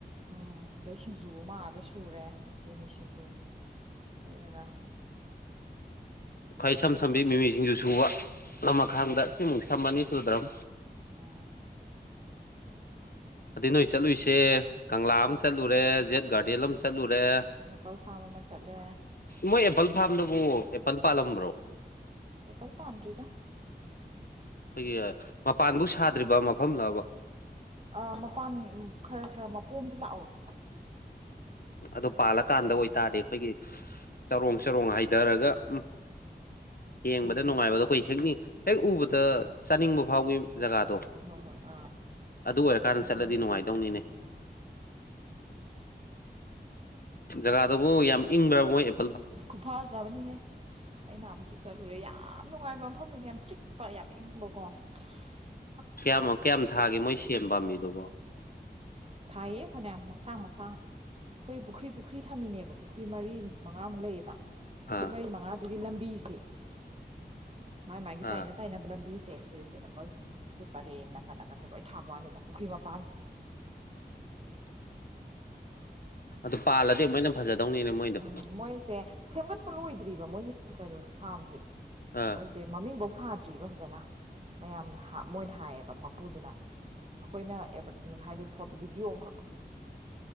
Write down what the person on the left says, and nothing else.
ꯈ꯭ꯋꯥꯏ ꯁꯝ ꯁꯝꯕꯤ ꯃꯤꯃꯤꯁꯤꯡꯖꯨ ꯁꯨꯕ ꯂꯝꯃꯈꯥꯡꯗ ꯁꯤꯃꯨꯛ ꯁꯝꯕ ꯑꯅꯤ ꯁꯨꯗ꯭ꯔꯝ
ꯑꯗꯩ ꯅꯣꯏ ꯆꯠꯂꯨꯏꯁꯦ ꯀꯪꯂꯥ ꯑꯃ ꯆꯠꯂꯨꯔꯦ ꯖꯦꯠ ꯒꯥꯔꯗꯦꯟ ꯑꯃ ꯆꯠꯂꯨꯔꯦ
ꯃꯣꯏ ꯑꯦꯄꯜ ꯐꯥꯝꯗꯨꯕꯨ ꯑꯦꯄꯜ ꯄꯥꯜꯂꯝꯕ꯭ꯔꯣ
ꯈꯣꯏꯒꯤ ꯃꯄꯥꯟꯕꯧ ꯁꯥꯗ꯭ꯔꯤꯕ ꯃꯐꯝꯂꯕ
ꯑꯗꯣ ꯄꯥꯜꯂꯀꯥꯟꯗ ꯑꯣꯏꯇꯥꯔꯗꯤ ꯑꯈꯣꯏꯒꯤ ꯆꯔꯣꯡ ꯆꯔꯣꯡ ꯍꯩꯗꯔꯒ ꯎꯝ ꯌꯦꯡꯕꯗ
ꯅꯨꯡꯉꯥꯏꯕꯗꯣ ꯑꯩꯈꯣꯏ ꯍꯦꯛꯅꯤꯡ ꯍꯦꯛ ꯎꯕꯗ ꯆꯥꯅꯤꯡꯕ ꯐꯥꯎꯕꯤ ꯖꯒꯥꯗꯣ
ꯑꯗꯨ ꯑꯣꯏꯔꯀꯥꯟꯗ
ꯆꯠꯂꯗꯤ
ꯅꯨꯡꯉꯥꯏꯗꯧꯅꯤꯅꯦ
ꯖꯒꯥꯗꯨꯕꯨ ꯌꯥꯝ ꯏꯪꯕ꯭ꯔꯥ ꯃꯣꯏ ꯑꯦꯞ
ꯀꯌꯥꯝꯃꯨꯛ ꯀꯌꯥꯝ ꯊꯥꯒꯦ ꯃꯣꯏ ꯁꯦꯝ ꯄꯥꯝꯕꯤꯗꯨꯕꯣ
ꯑꯥ
ꯑꯥ
ꯑꯗꯨ ꯄꯥꯜꯂꯗꯤ ꯑꯃꯨꯛ ꯍꯦꯟꯅ ꯐꯖꯗꯧꯅꯤꯅꯦ ꯃꯣꯏꯗꯣ
ꯑꯥ